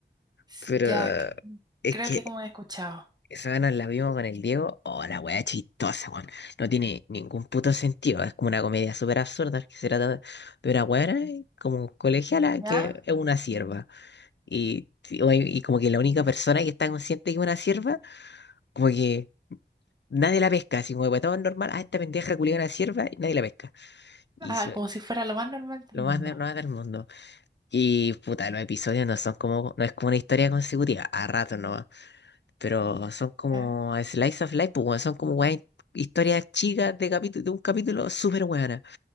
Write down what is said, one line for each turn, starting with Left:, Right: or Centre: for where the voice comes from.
Right: S-
Left: Pero
Right: Ya,
Left: eh,
Right: c-
Left: es
Right: creo
Left: que
Right: que como he escuchado.
Left: esa vez nos la vimos con el Diego. Oh, la weá chistosa, weón. No tiene ningún puto sentido. Es como una comedia súper absurda que se trata de una weá como colegiala
Right: ¿Ya?
Left: que es una sierva. Y, y, y como que la única persona que está consciente que es una sierva, como que nadie la pesca. Así como que para todos es normal. Ah, esta pendeja culiada una sierva y nadie la pesca. Y su-
Right: Ah, como si fuera lo más normal del
Left: lo
Right: mundo.
Left: más, de- lo más del mundo. Y puta, los episodios no son como, no es como una historia consecutiva, a ratos nomás, pero son como
Right: Ya.
Left: slice of life, pues weón, son como weón, historias chicas de capítulo, de un capítulo súper buena.